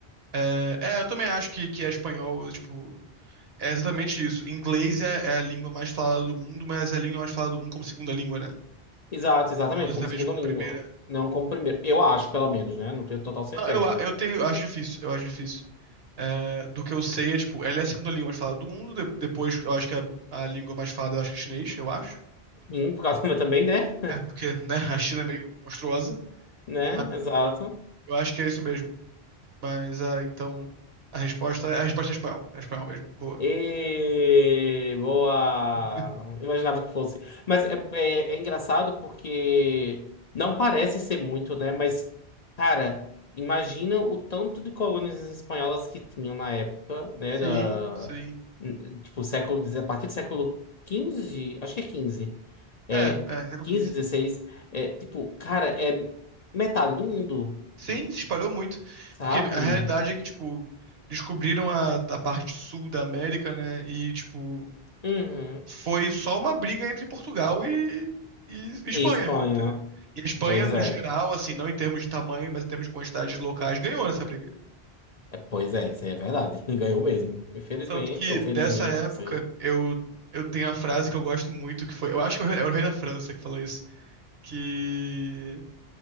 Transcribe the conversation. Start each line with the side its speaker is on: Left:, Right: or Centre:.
Right: É, é, eu também acho que, que é espanhol, tipo. É exatamente isso. Inglês é, é a língua mais falada do mundo, mas é a língua mais falada do mundo como segunda língua, né?
Left: Exato, exatamente,
Right: Não exatamente
Left: como segunda
Right: como
Left: língua,
Right: primeira.
Left: não como primeiro. Eu acho, pelo menos, né? Não tenho total certeza.
Right: Ah, Eu, a- eu tenho, eu acho difícil, eu acho difícil. É, do que eu sei é, tipo, ela é a segunda língua mais falada do mundo, de- depois eu acho que a, a língua mais falada, eu acho que é chinês, eu acho.
Left: Sim, por causa <laughs> também, né?
Right: É, porque, né, a China é meio monstruosa,
Left: Né?
Right: mas
Left: Exato.
Right: eu acho que é isso mesmo. Mas, ah, então, a resposta, é, a resposta é espanhol, é espanhol mesmo, boa.
Left: E boa.
Right: <laughs>
Left: Imaginava que fosse. Mas é, é, é engraçado porque não parece ser muito, né? Mas, cara, imagina o tanto de colônias espanholas que tinham na época, né?
Right: Sim,
Left: Da,
Right: sim.
Left: tipo, século, 10 a partir do século quinze acho que é quinze É,
Right: É, é, século
Left: quinze
Right: XV.
Left: dezesseis É, tipo, cara, é metade do mundo,
Right: Sim, se espalhou muito.
Left: sabe?
Right: Porque a realidade é que, tipo, descobriram a, a parte sul da América, né? E, tipo,
Left: Uhum.
Right: foi só uma briga entre Portugal e, e Espanha,
Left: E Espanha.
Right: entendeu? E a Espanha,
Left: Pois
Right: no
Left: é.
Right: geral, assim, não em termos de tamanho, mas em termos de quantidade de locais, ganhou nessa briga.
Left: É, Pois é, isso aí é verdade. <laughs> Ganhou mesmo. Infelizmente,
Right: Tanto que,
Left: ou felizmente,
Right: dessa época,
Left: não sei.
Right: eu, eu tenho a frase que eu gosto muito, que foi... Eu acho que é o rei da França que falou isso. Que...